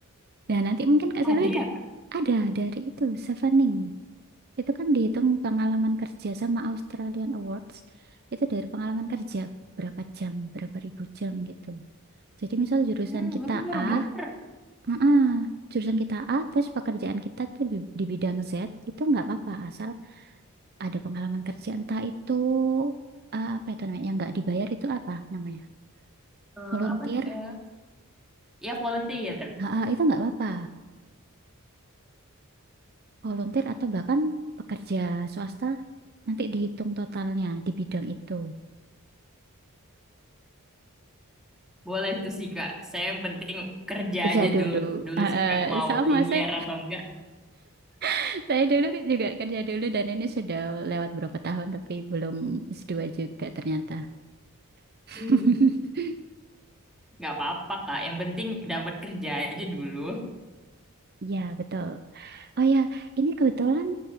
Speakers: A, on the right; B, in the centre.
A: Nah, nanti mungkin Kak
B: Ada
A: Selvi ke-
B: ya kak?
A: ada dari itu, Chevening. Itu kan dihitung pengalaman kerja sama Australian Awards. Itu dari pengalaman kerja, berapa jam, berapa ribu jam gitu. Jadi misal jurusan
B: Hmm,
A: kita
B: baru baru
A: A,
B: dengar.
A: Heeh, Jurusan kita A, terus pekerjaan kita tuh di, di bidang Z, itu nggak apa-apa, asal ada pengalaman kerja entah itu eh, apa itu namanya, yang nggak dibayar itu apa namanya,
B: Eh,
A: volunteer,
B: apa? eh, ya volunteer.
A: Heeh, itu nggak apa-apa, volunteer atau bahkan pekerja swasta nanti dihitung totalnya di bidang itu.
B: Boleh tuh sih kak. Saya yang penting kerja
A: Kerja
B: aja
A: dulu,
B: dulu, dulu
A: Heeh,
B: sih kak. Mau
A: sama
B: linear
A: saya,
B: atau enggak.
A: <laughs> saya dulu juga kerja dulu dan ini sudah lewat berapa tahun tapi belum S2 juga ternyata. <laughs>
B: Hmm, nggak apa-apa kak. Yang penting dapat kerja aja dulu.
A: Ya, betul. Oh ya, ini kebetulan